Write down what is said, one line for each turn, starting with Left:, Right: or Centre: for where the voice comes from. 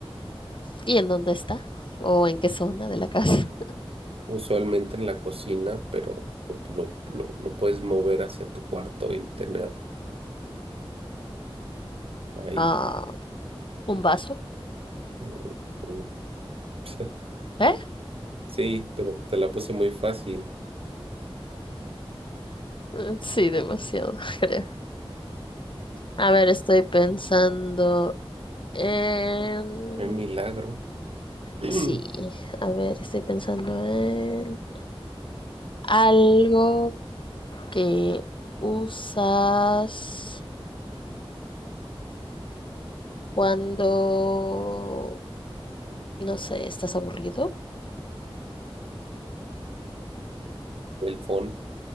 Left: ¿Y en dónde está? ¿O en qué zona de la casa?
Right: <laughs> usualmente en la cocina, pero lo, lo- lo- lo puedes mover hacia tu cuarto y tener ahí.
Left: Ah, ¿un vaso?
Right: Mm, mm. <laughs>
Left: ¿Eh?
Right: Sí, pero te la puse muy fácil.
Left: Eh, Sí, demasiado, <laughs> creo. A ver, estoy pensando en...
Right: Qué milagro. <clears throat>
Left: Sí, a ver, estoy pensando en algo que usas cuando, no sé, estás aburrido
Right: El phone,